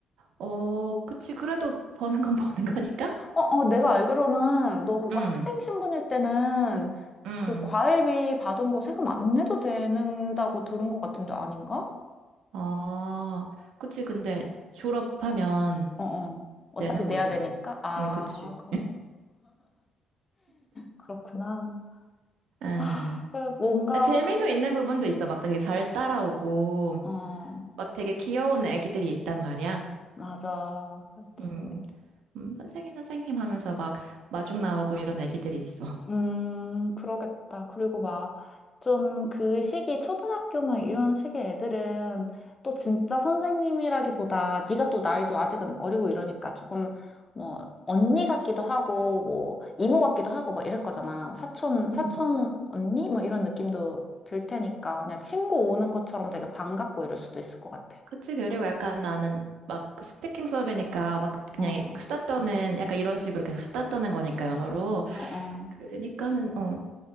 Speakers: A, on the right; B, on the left.
A: 어, 그치. 그래도 버는 건 <laughs> 버는 거니까?
B: 어, 어, 내가 알기로는 너 그거
A: 응,
B: 학생 신분일 때는
A: 응.
B: 그 과외비 받은 거 세금 안 내도 되는다고 들은 것 같은데 아닌가?
A: 아, 그치. 근데 졸업하면
B: 어, 어. 어차피
A: 내는
B: 내야
A: 거지.
B: 되니까. 아,
A: 응, 그치.
B: 그런 거. 그렇구나.
A: 에.
B: 아, 그 뭔가,
A: 재미도
B: 그-
A: 있는 부분도 있어. 막 되게 잘 따라오고,
B: 어,
A: 막 되게 귀여운 애기들이 있단 말이야.
B: 맞아. 그렇지.
A: 음, 음, 선생님, 선생님 하면서 막 마중 나오고 이런 애기들이 있어.
B: 음, 그러겠다. 그리고 막, 좀 그 시기, 초등학교 막 이런 시기의 애들은 또 진짜 선생님이라기보다 네가 또 나이도 아직은 어리고 이러니까 조금 뭐, 언니 같기도 하고, 뭐, 이모 같기도 하고 막 이럴 거잖아. 사촌, 사촌
A: 음.
B: 언니? 뭐 이런 느낌도 들 테니까 그냥 친구 오는 것처럼 되게 반갑고 이럴 수도 있을 것 같아.
A: 그치, 그리고 약간 나는 막 스피킹 수업이니까 막 그냥
B: 어,
A: 수다 떠는, 약간 이런 식으로 계속 수다 떠는 거니까, 영어로.
B: 어, 어.
A: 그러니까는, 어,